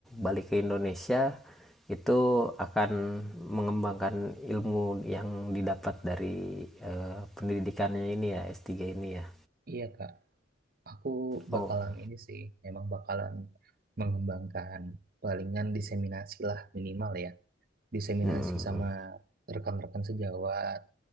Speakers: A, in the centre; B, on the right.
A: balik ke Indonesia itu akan mengembangkan ilmu yang didapat dari eh, pendidikannya ini ya S3 ini ya.
B: Iya, Kak. Aku
A: Oh,
B: bakalan ini sih, memang bakalan mengembangkan palingan diseminasi lah minimal ya. diseminasi
A: mm.
B: sama rekan-rekan sejawat